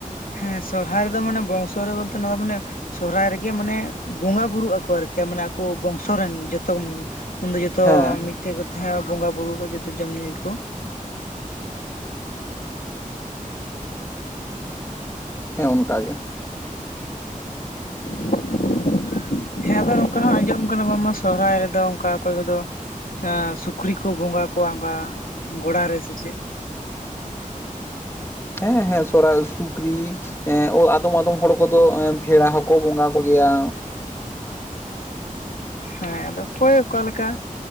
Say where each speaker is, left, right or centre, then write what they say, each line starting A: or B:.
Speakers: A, on the left (about 85°); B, on the left (about 15°).
A: ᱦᱮᱸ ᱥᱚᱨᱦᱟᱭ ᱨᱮᱫᱚ ᱢᱟᱱᱮ ᱵᱚᱝᱥᱚ ᱨᱮ ᱵᱚᱞᱛᱮ ᱱᱚᱣᱟ ᱢᱟᱱᱮ ᱥᱚᱦᱨᱟᱭ ᱨᱮᱜᱮ ᱢᱟᱱᱮ ᱵᱚᱸᱜᱟ ᱵᱩᱨᱩᱜ ᱟᱠᱚ ᱟᱨᱠᱤ ᱢᱟᱱᱮ ᱟᱠᱚ ᱵᱚᱝᱥᱚ ᱨᱮᱱ ᱡᱚᱛᱚ᱾ ᱩᱱᱫᱚ ᱡᱚᱛᱚ
B: ᱦᱮᱸ
A: ᱢᱤᱫᱴᱷᱮᱡ ᱠᱚ ᱛᱟᱦᱮᱸ ᱵᱚᱸᱜᱟ ᱵᱩᱨᱩ ᱠᱚ ᱡᱚᱛᱚ ᱡᱚᱢ ᱧᱩᱭᱟᱠᱚ᱾
B: ᱦᱮᱸ ᱚᱱᱠᱟ ᱜᱮ᱾
A: <inaudible> ᱦᱮᱸ ᱟᱫᱚ ᱱᱚᱝᱠᱟ ᱦᱚᱸ ᱟᱸᱡᱚᱢ ᱠᱟᱱᱟ ᱵᱟᱝᱢᱟ ᱥᱚᱦᱨᱟᱭ ᱨᱮᱫᱚ ᱚᱱᱠᱟ ᱚᱠᱚᱭ ᱠᱚᱫᱚ ᱮᱸ ᱥᱩᱠᱨᱤ ᱠᱚ ᱵᱚᱸᱜᱟ ᱠᱚᱣᱟ ᱚᱱᱠᱟ ᱜᱚᱲᱟᱨ ᱨᱮ ᱥᱮ ᱪᱮᱫ?
B: ᱦᱮᱸ ᱦᱮᱸ ᱥᱚᱦᱨᱟᱭ ᱨᱮ ᱥᱩᱠᱨᱤ ᱮᱸ <inaudible> ᱟᱫᱚᱢ ᱟᱫᱚᱢ ᱦᱚᱲ ᱠᱚᱫᱚ ᱵᱷᱮᱲᱟ ᱦᱚᱸᱠᱚ ᱵᱚᱸᱜᱟ ᱠᱚᱜᱮᱭᱟ᱾
A: ᱦᱮᱸ ᱟᱫᱚ ᱚᱠᱚᱭ ᱚᱠᱟ ᱞᱮᱠᱟ